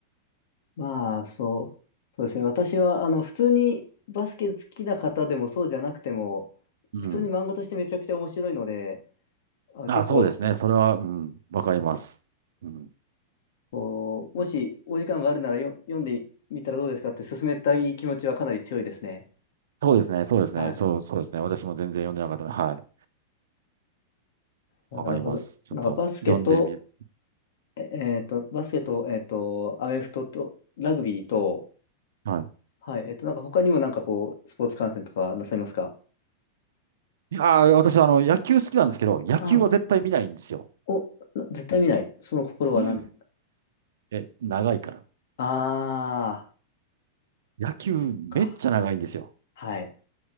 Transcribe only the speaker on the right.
うん。
あ、
そうですね。それは、うん、わかります。うん。
そうですね、そうですね、
そう、そうですね。私も全然読んでなかったので、はい。
わかります。ちょっと、
読んでみる。
はい。
いやー、私はあの、野球好きなんですけど、野球は絶対見ないんですよ。
うんえ、長いから。
野球めっちゃ長いんですよ。